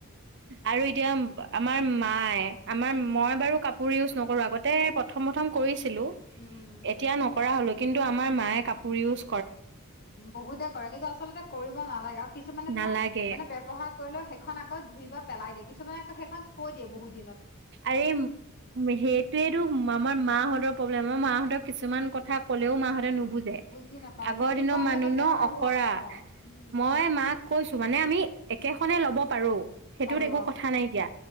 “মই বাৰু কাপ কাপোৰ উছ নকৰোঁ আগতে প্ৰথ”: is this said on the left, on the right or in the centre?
Right